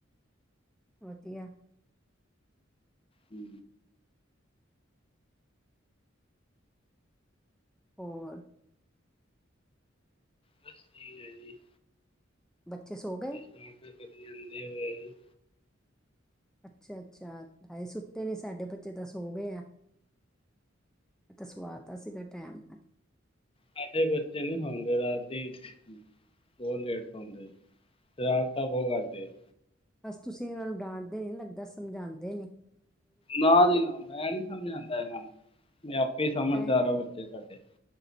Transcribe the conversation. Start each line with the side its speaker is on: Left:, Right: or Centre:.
Centre: ਵਧੀਆ।
Left: ਹੂੰ।
Centre: ਹੋਰ
Left: ਬਸ ਠੀਕ ਐ ਜੀ।
Centre: ਬੱਚੇ ਸੋ ਗਏ?
Left: <unintelligible> ਤੇ ਕਰੀ ਜਾਂਦੇ ਐ ਫੇਰ ਐ ਵੀ।
Centre: ਅੱਛਾ-ਅੱਛਾ, ਹਜੇ ਸੁੱਤੇ ਨੀ, ਸਾਡੇ ਬੱਚੇ ਤਾਂ ਸੋ ਗਏ ਆ। ਮੈਂ ਤੇ ਸਵਾ ਤਾ ਸੀਗਾ ਟੈਮ ਨਾਲ ਈ।
Left: ਸਾਡੇ ਬੱਚੇ ਨੀ ਸੌਂਦੇ ਰਾਤੀ। ਬੋਹੋ ਲੇਟ ਸੌਂਦੇ, ਸ਼ਰਾਰਤਾਂ ਬੋਹੋ ਕਰਦੇ ਅ।
Centre: ਬਸ ਤੁਸੀਂ ਏਨਾਂ ਨੂੰ ਡਾਂਟਦੇ ਨੀ, ਲੱਗਦੈ ਸਮਝਾਂਦੇ ਨੀ।
Left: ਨਾ ਜੀ ਨਾ ਮੈਂ ਨੀ ਸਮਝਾਂਦਾ ਏਨਾਂ ਨੂੰ, ਐ ਆਪੇ ਸਮਝਦਾਰ
Centre: ਟਾਈਮ
Left: ਆ ਬੱਚੇ ਸਾਡੇ।